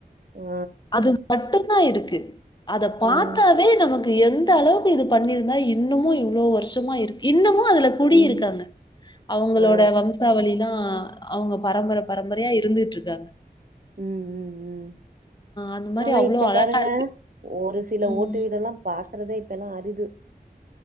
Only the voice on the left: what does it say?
அது பட்டு தா இருக்கு அத பார்த்தாவே
நமக்கு எந்த அளவுக்கு இது பண்ணிருந்தா இன்னுமும் இவ்ளோவ வருஷமா இருக்கு இன்னுமும் அதுல குடியிருக்காங்க
அவங்களோட
வம்சாவளிதா ஆ அவங்க பரம்பரை பரம்பரையா இருந்துட்ரு க
அந்த மாரி
அவ்ளோ
அழகா
இருக்கு.
ம்.